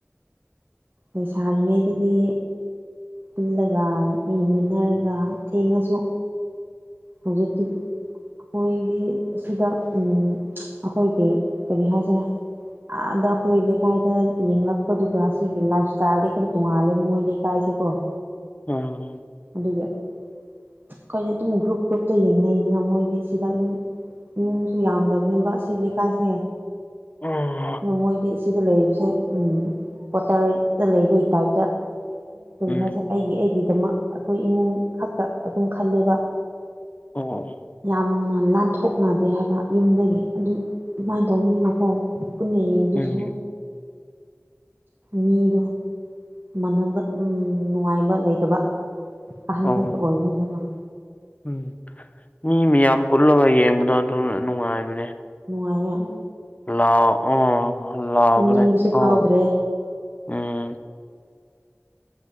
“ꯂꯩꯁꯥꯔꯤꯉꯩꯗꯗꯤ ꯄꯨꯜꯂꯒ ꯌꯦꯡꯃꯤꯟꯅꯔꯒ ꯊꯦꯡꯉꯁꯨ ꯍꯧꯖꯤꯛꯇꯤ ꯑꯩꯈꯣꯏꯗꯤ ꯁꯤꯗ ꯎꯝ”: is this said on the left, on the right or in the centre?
Right